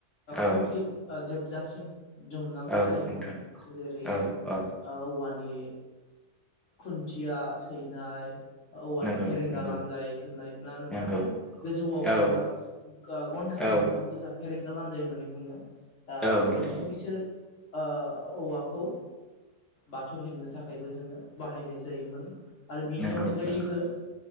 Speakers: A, in the centre; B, on the left.
A: औ
B: कमप्लिट जोबजासिम दुमनांगौ
A: औ
B: जायोमोन
A: नोंथां
B: जेरै
A: औ औ
B: औवानि खुन थिया सैनाय औवानि
A: नंगौ
B: फेरेंगा
A: नंगौ
B: लानजाय होननाय ना नोंथां
A: नंगौ
B: बै गोजौआव
A: औ
B: होनाय मा गन खाथि
A: औ
B: थि मोनथामखौ जा फेरेंगा लानजाय होननानै बुङो। दा
A: औ
B: बेबायदिनो
A: नोंथां
B: बैसोर ओ औवाखौ बाथौ हेबनो थाखायबो जोङो बाहायनाय जायोमोन। आरो बिनि
A: नंगौ
B: अनगायैबो
A: नंगौ